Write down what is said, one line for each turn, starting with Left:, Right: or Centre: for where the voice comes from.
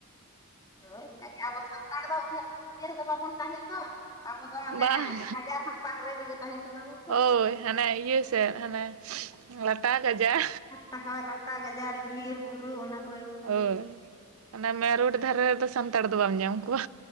Left: ᱦᱳᱭ ᱚᱱᱠᱟ ᱜᱮ ᱟᱵᱚ ᱥᱟᱱᱛᱟᱲ ᱫᱚ ᱩᱱᱟᱹᱜ ᱤᱭᱟᱹ ᱨᱮᱫᱚ ᱵᱟᱵᱚᱱ ᱛᱟᱦᱮᱸᱱ ᱫᱚ ᱟᱵᱚ ᱫᱚ ᱦᱟᱱᱮ
Right: ᱵᱟᱝ
Left: ᱵᱟᱡᱟᱨ ᱠᱷᱚᱱ ᱵᱟᱦᱨᱮ ᱨᱮᱜᱮ ᱛᱟᱦᱮᱸ ᱥᱟᱱᱟ ᱵᱚᱱ
Right: ᱦᱳᱭ ᱦᱟᱱᱮ ᱤᱭᱟᱹ ᱥᱮᱫ ᱦᱟᱱᱮ ᱞᱟᱴᱟ ᱜᱟᱡᱟᱲ
Left: ᱦᱳᱭ ᱞᱟᱴᱟ ᱜᱟᱡᱟᱲ ᱵᱤᱨ ᱵᱩᱨᱩ ᱚᱱᱟ ᱠᱚ
Right: ᱦᱳᱭ ᱚᱱᱮ ᱢᱮᱱ ᱨᱳᱴ ᱫᱷᱟᱨᱮ ᱨᱮᱫᱚ ᱥᱟᱱᱛᱟᱲ ᱫᱚ ᱵᱟᱢ ᱧᱟᱢ ᱠᱚᱣᱟ᱾